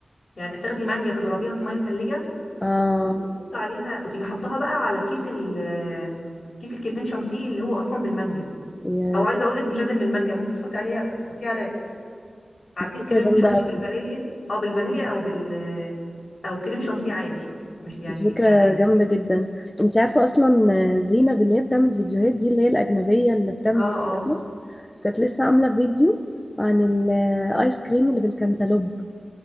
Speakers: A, on the left; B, on the left.
A: يعني بتاخدي مانجا تضربيها في ميه مثلجه
B: اه
A: وتحط عليها وتيجي حطها بقى على كيس ال كيس الكريم شانتيه اللي هو اصلا بالمانجا
B: يا
A: او عايزه اقول لك مش لازم بالمانجا ممكن تحطي عليها تحطيه على على
B: دي
A: كيس
B: فكرة
A: كريم
B: جامدة
A: شانتيه
B: قوي
A: بالفانيليا اه بالفانيليا او بال او كريم شانتيه عادي مش يعني
B: دي فكرة
A: يعني ايس
B: جامدة
A: كريم
B: جدا انت عارفة اصلا زينب اللي هي بتعمل فيديوهات دي اللي هي الأجنبية اللي بتعمل
A: اه اه
B: TikTok، كانت لسه عاملة فيديو عن الايس كريم اللي بالكنتالوب